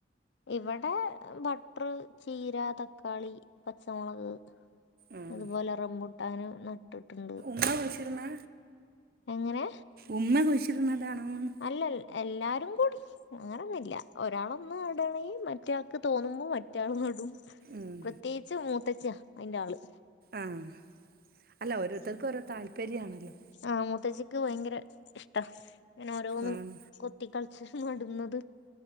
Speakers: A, on the left (about 70°); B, on the right (about 50°).
A: ഇവിടെ ബട്ടർ ചീര തക്കാളി പച്ചമുളക്
B: ഉം
A: അതുപോലെ, റംബൂട്ടാൻ നട്ട്ടുണ്ട്.
B: ഇന്നാ വിളിചിര്ന്ന്
A: എങ്ങനെ
B: ഉമ്മ കുഴിച്ചിട്ണതാണോന്ന്
A: അല്ല എല്ലാരും കൂടി അങ്ങനൊന്നില്ല ഒരാളൊന്ന് നടണേങ്കിൽ മറ്റാൾക്ക് തോന്നുമ്പോൾ മറ്റാൾ നടും
B: ഉം
A: പ്രത്യേകിച്ച് മൂത്തച്ചിഅയിന്റെ ആള്
B: ആഹ് അല്ല ഓരോരുത്തർക്കും ഓരോ താല്പര്യമാണല്ലോ
A: ആഹ് മുത്തച്ചിക്ക് ഭയങ്കര ഇഷ്ട ഇങ്ങനെ ഓരോന്ന
B: ഉം
A: കുട്ടികളിച്ച നടുന്നത്